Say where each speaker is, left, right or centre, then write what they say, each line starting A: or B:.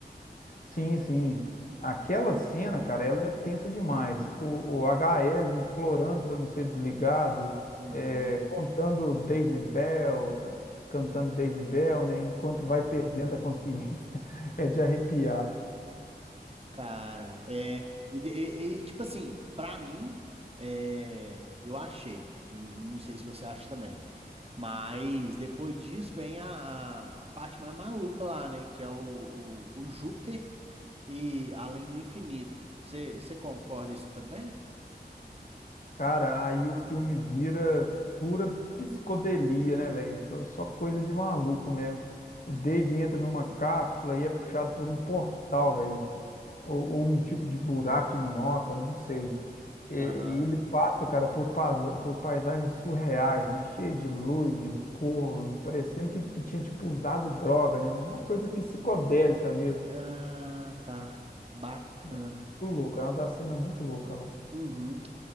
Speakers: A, on the left; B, on the right.
A: Sim, sim. Aquela cena, cara, ela é tensa demais. O, o HL implorando para não ser desligado,
B: Uhum.
A: é, contando Daisy Bell, é, cantando Daisy Bell, né? Enquanto vai perdendo a consciência. <laughs> É de arrepiar.
B: Cara, é. E, de- e- e, tipo assim, pra mim, é, eu achei. N- Não sei se você acha também. Mas depois disso vem a, a, a parte mais maluca lá, né? Que é o, o, o Júpiter e Além do Infinito. Você você concorda isso também?
A: Cara, aí o filme vira pura psicodelia, né, velho? Tô- Só coisa de maluco, né? O Dave entra numa cápsula e é puxado por um portal, velho. ou, ou um tipo de buraco de minhoca, não sei. E, e
B: Aham.
A: ele passa, cara, por, paisa- por paisagens surreais, né? Cheio de luz, de cor, parecendo que, que tinha, tipo, usado droga, né? Uma coisa psicodélica mesmo.
B: Ah, tá. Bacana.
A: né? Muito louco, é uma da cena muito louca lá.
B: Uhum.